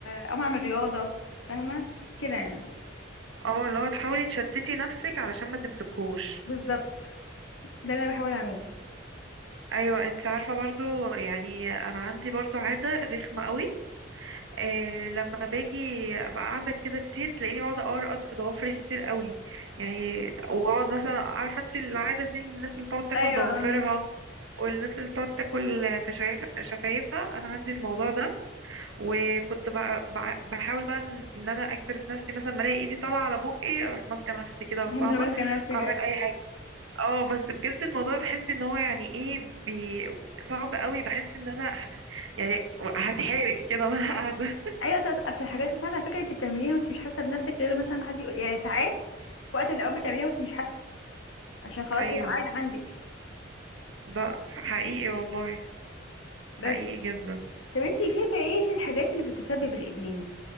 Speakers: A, on the left; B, on the right.
A: اقوم اعمل رياضه فاهمه كده يعني
B: اه لو تحاولي تشتتي نفسك علشان ما تمسكوش
A: بالظبط ده اللي انا بحاول اعمله
B: ايوه انت عارفة برضو يعني انا عندي برضو عادة رخمة قوي آه لما باجي ابقى قاعده كده كتير تلاقيني بقعد ارقد في ضوافري كتير قوي يعني واقعد مثلا عارفه انت العاده دي الناس اللي تقعد تاكل
A: ايوه
B: ضوافرها والناس اللي تقعد تاكل في شايف- شفايفها انا عندي الموضوع ده وكنت بقى بع- بحاول بقى ان إن انا اجبر نفسي مثلا ما الاقي ايدي طالعه على بقي اروح ماسكه نفسي كده فاهمه
A: انت لو ماسكه نفسك
B: اعمل اي حاجه اه بس بجد الموضوع تحسي ان هو يعني ايه بي صعب قوي بحس ان انا ه- يعني هتحرق كده وانا قاعده
A: ايوه اصل أصل الحاجات دي ساعات على فكره انت بتعمليها وانت مش حاسه بنفسك غير مثلا ما حد يقول يعني ساعات في وقت من الاوقات بتعمليها وانت مش حاسه عشان خلاص
B: <laughs> ايوه
A: هي عاد عندك
B: ده حقيقي والله
A: بس
B: حقيقي جدا
A: طب انت شايفه ايه الحاجات اللي بتسبب الادمان